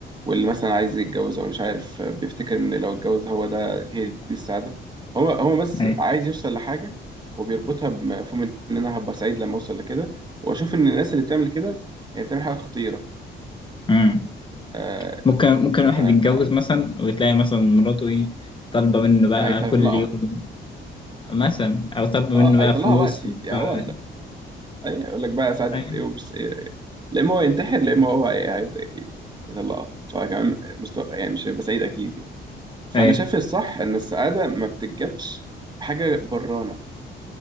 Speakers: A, on the right; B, on the left.
A: واللي مثلا عايز يتجوز او مش عارف آه، بيفتكر ان لو اتجوز هو ده هي دي السعاده هو هو بس
B: ايوه
A: عايز يوصل لحاجه وبيربطها بمفهوم ان انا هبقى سعيد لما اوصل لكده واشوف ان الناس اللي بتعمل كده هي بتعمل حاجه خطيره
B: امم
A: آه
B: ممكن ممكن واحد
A: آه
B: يتجوز مثلا وتلاقي مثلا مراته ايه طالبه منه بقى
A: هيطلقها
B: كل يوم مثلا او طالبه منه
A: اه
B: بقى
A: هيطلقها
B: فلوس
A: وقتي
B: وبتاع.
A: يعني هو اي يقول لك بقى ساعات
B: ايوه
A: ايه ومش ايه إيه. لا اما هو ينتحر لا اما هو هي- هيبدا ي- يطلقها فكمان مستوى يعني مش هيبقى سعيد اكيد يعني فانا
B: ايوه
A: شايف الصح ان السعاده ما بتتجابش بحاجه برانه